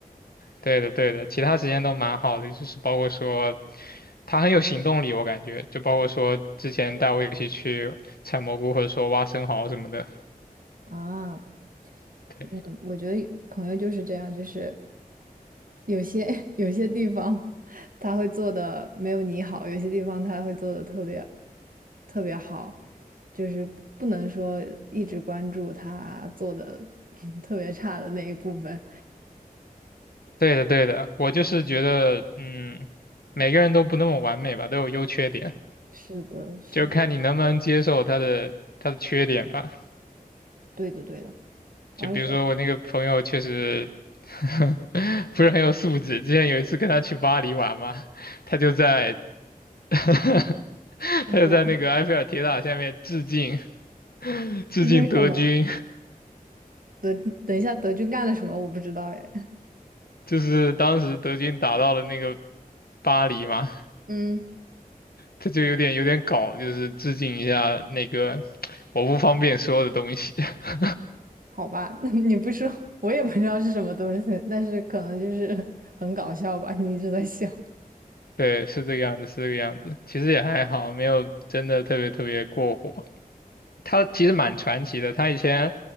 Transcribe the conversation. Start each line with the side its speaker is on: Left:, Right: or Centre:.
Left: 对的，对的，其他时间都蛮好的，就是包括说他很有行动力，我感觉，就包括说之前带我一起去采蘑菇或者说挖生蚝什么的。
Right: 啊，
Left: 对，
Right: 嗯，我觉得朋友就是这样，就是有些 <laughs> 有些地方他会做的没有你好，有些地方他会做的特别特别好，就是不能说一直关注他做的 <laughs> 特别差的那一部分。
Left: 对的，对的，我就是觉得，嗯，每个人都不那么完美吧，都有优缺点，
Right: 是的，是的，
Left: 就看你能不能接受他的他的缺点吧。
Right: 对的，对的。
Left: 就比如说我那个朋友确实
Right: 而且
Left: <laughs> 不是很有素质，之前有一次跟他去巴黎玩嘛，他就在 <laughs> 他
Right: 那个
Left: 就在那个埃菲尔铁塔下面致敬致敬德军，
Right: 资金什么德，等一下德军干了什么我不知道哎。
Left: 就是当时德军打到了那个巴黎嘛，
Right: 嗯，
Left: 他就有点有点搞，就是致敬一下那个我不方便说的东西。<laughs>
Right: 好吧，<laughs> 那你不说我也不知道是什么东西，但是可能就是 <laughs> 很搞笑吧，你一直在笑。
Left: 对，是这个样子，是这个样子。其实也还好，没有真的特别特别过火。他其实蛮传奇的。他以前